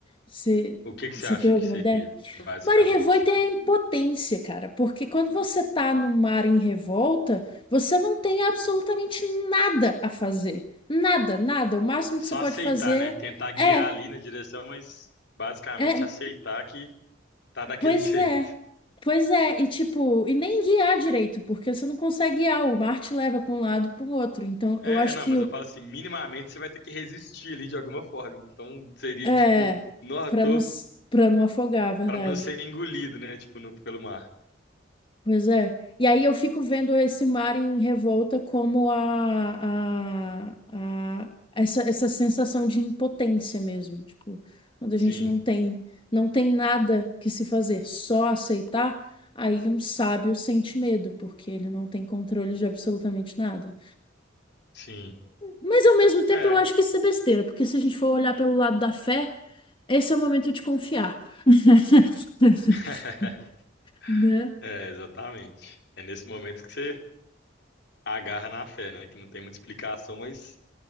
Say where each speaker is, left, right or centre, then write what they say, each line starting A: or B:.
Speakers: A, on the left; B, on the left.
A: Você
B: O que que você acha
A: tem alguma
B: que seria,
A: ideia?
B: basicamente?
A: Mar em revolta é a impotência, cara, porque quando você tá no mar em revolta, você não tem absolutamente nada a fazer. Nada, nada. O máximo
B: Só
A: que você pode
B: aceitar,
A: fazer
B: né? Tentar guiar
A: é,
B: ali na direção, mas basicamente
A: é,
B: aceitar que tá daquele
A: pois
B: <laughs> jeito.
A: é. Pois é, e tipo, e nem guiar direito, porque você não consegue guiar, o mar te leva pra um lado e para o outro. Então,
B: É,
A: eu acho
B: não,
A: que
B: mas eu falo assim, minimamente você vai ter que resistir ali de alguma forma. Então seria
A: é
B: tipo, não, eu
A: para
B: tô
A: não s- pra não afogar, a verdade.
B: pra não ser engolido, né? Tipo, no, pelo mar.
A: Pois é. E aí eu fico vendo esse mar em revolta como a, a, a- essa, essa sensação de impotência mesmo, tipo, quando a
B: Sim,
A: gente não tem, não tem nada que se fazer, só aceitar, aí um sábio sente medo, porque ele não tem controle de absolutamente nada.
B: sim.
A: Mas ao mesmo tempo
B: É.
A: eu acho que isso é besteira, porque se a gente for olhar pelo lado da fé, esse é o momento de confiar. <laughs>
B: <laughs>
A: Né?
B: É, exatamente. É nesse momento que você agarra na fé, né? Que não tem muita explicação, mas